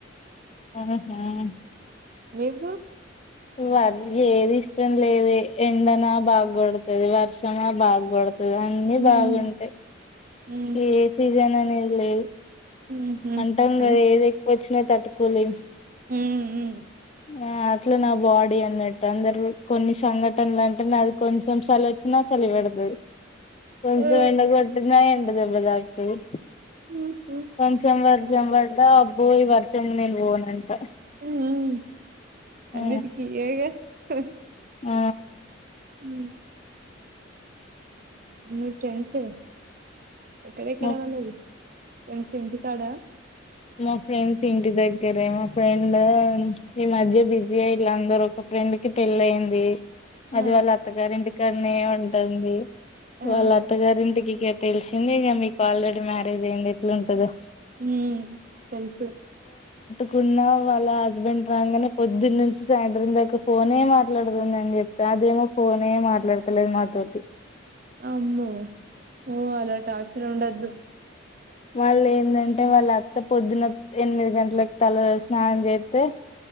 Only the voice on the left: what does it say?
<unintelligible>
వర్ ఏది ఇష్టం లేదీ ఎండన బాగ గొడ్తది వర్షంమా బాగ్ గొడ్ తది. అన్ని
బాగుంటయి
ఏ సీజన్ అనేద్ లేదు.
అంటం
గదా ఏది ఎక్కువ వచ్చినా తట్టుకోలేం.
ఆ అట్ల నా బాడీ అం న్నట్టు అందరు కొన్ని సంఘటనలంటే నాది కొంచం సలొచ్చినా వచ్చినా చలిపెడతది. కొంచం
ఎండ కొట్టినా ఎండ దెబ్బ తాకుతది.
కొంచం వర్షం పడ్డా అబ్బో ఈ వర్షంలొ నేన్ పోనంట.
ఆ
ఆ
మా
మా ఫ్రెండ్స్ ఇంటి దగ్గరే మా ఫ్రెండ్ ఉండదా ఈ మధ్య బిజి అయిన్లు అందరు ఫ్రెండ్కి పెళ్లైంది. అది
వాళ్ళ అత్తగారింటికాన్నే ఉంటుంది.
వాళ్ళ అత్తగారింటికి <inaudible> తెల్సిందేగ మీక్ ఆల్రెడీ మ్యారేజ్ అయింది ఎట్లుంటదో
కున్నా వాళ్ళ హస్బెండ్ రాంగనే పొద్దున్నుంచి సాయంత్రం దాకా ఫోనే మాట్లాడ్తుందని చెప్ప అదేమో ఫోనే మాట్లాడ్తలేదు మాతోటి
వాళ్లే ఎందంటే వాళ్ళ అత్త పొద్దున ఎనిమిది గంటలక్ తల స్నానం జేత్తే